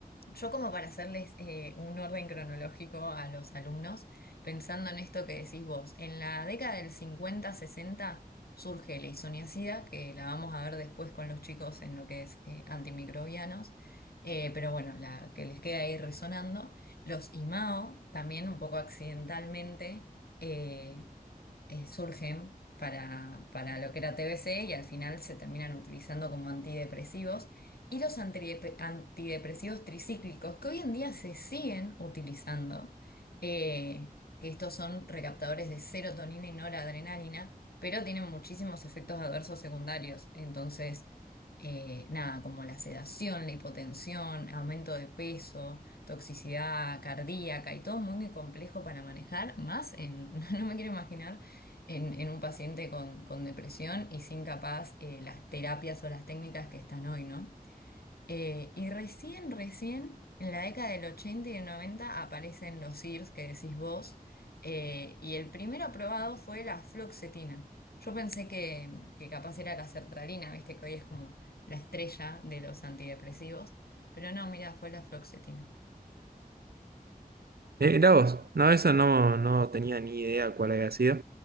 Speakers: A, on the left; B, on the right.
A: Yo como para hacerles eh, un orden cronológico a los alumnos, pensando en esto que decís vos, en la década del cincuenta sesenta surge la isoniazida, que la vamos a ver después con los chicos en lo que es eh, antimicrobianos, eh, pero bueno, la que les queda ahí resonando. Los IMAO, también un poco accidentalmente, eh, eh, surgen para, para lo que era TBC y al final se terminan utilizando como antidepresivos. Y los antidepe- antidepresivos tricíclicos, que hoy en día se siguen utilizando, eh, que estos son recaptadores de serotonina y noradrenalina, pero tienen muchísimos efectos adversos secundarios. Entonces, eh, nada, como la sedación, la hipotensión, aumento de peso toxicidad cardíaca y todo muy, muy complejo para manejar, más en, <laughs> no me quiero imaginar en, en un paciente con, con depresión y sin capaz eh, las terapias o las técnicas que están hoy, ¿no? Eh, y recién, recién, en la década del 80 y del 90 aparecen los SIRS que decís vos, eh, y el primero aprobado fue la fluoxetina. Yo pensé que, que capaz era la sertralina, viste que hoy es como la estrella de los antidepresivos, pero no, mira, fue la fluoxetina.
B: Mira vos, no, eso no, no tenía ni idea cuál había sido.